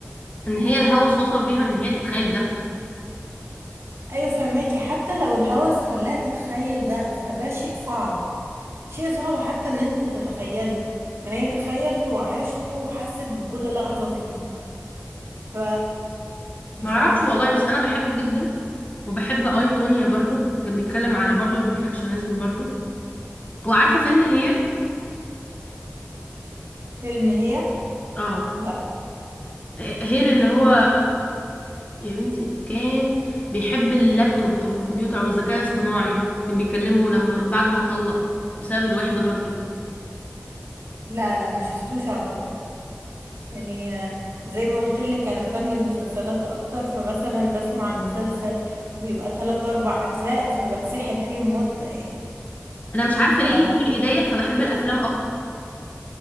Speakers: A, on the left; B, on the right.
A: ان هي الهوس وصل بيها ان هي تتخيل ده
B: ايوه فهماكي حتى لو الهوس خلاها تتخيل ده فده شيء صعب شيء صعب حتى ان انت تتخيله ما هي تخيلته وعشته وحست بكل لحظة فيه ف مش
A: ما اعرفش
B: عارفة
A: والله بس انا بحبه جدا وبحب اي تونيا برضو كان بيتكلم على برضو البرفكشنزم برضو وعارفه فيلم هير
B: فيلم هي
A: اه
B: لا
A: آه، هير اللي هو يا بنتي كان بيحب اللابتوب او الكمبيوتر او الذكاء الاصطناعي كان بيكلمه لما بعد ما طلق بسبب الوحده برضو
B: لا لا ما شفتوش اعتقد يعني آه، زي ما قلت لك انا فن المسلسلات اكتر فمثلا بسمع المسلسل بيبقى 3 4 اجزاء فبتسحل فيهم مدة يعني
A: انا مش عارفه ليه
B: ف
A: في ايديا فبحب الافلام اكتر